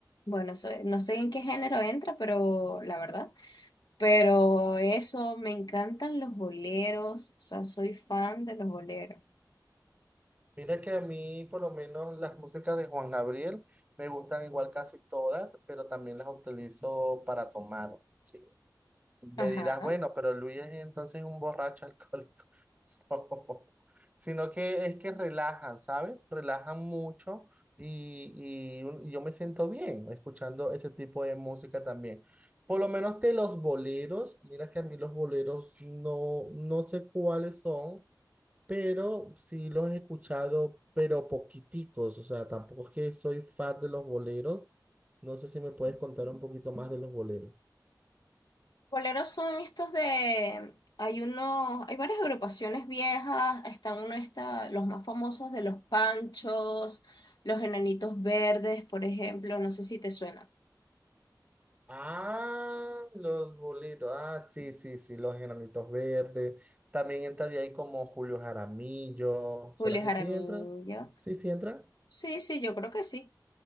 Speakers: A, on the left; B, on the right.
A: bueno, soy- no sé en qué género entra, pero la verdad. Pero eso, me encantan los boleros. O sea, soy fan de los boleros.
B: Mira que a mí, por lo menos, las músicas de Juan Gabriel me gustan igual casi todas, pero también las utilizo para tomar. Sí. Me
A: Ajá.
B: dirás, bueno, pero Luis es entonces un borracho alcohólico. <laughs> sino que es que relajan, ¿sabes? Relajan mucho y, y un- yo me siento bien escuchando ese tipo de música también. Por lo menos de los boleros, mira que a mí los boleros no, no sé cuáles son, pero sí los he escuchado, pero poquiticos, o sea, tampoco es que soy fan de los boleros. No sé si me puedes contar un poquito más de los boleros.
A: Boleros son estos de, hay uno, hay varias agrupaciones viejas, están uno está, los más famosos de los Panchos, los Enanitos Verdes, por ejemplo, no sé si te suena.
B: Ah, los bolitos. Ah, sí, sí, sí, los enanitos verdes. También entraría ahí como Julio Jaramillo. ¿Será
A: Julio
B: que
A: Jaramillo.
B: sí entra? Sí, sí entra.
A: Sí, sí, yo creo que sí.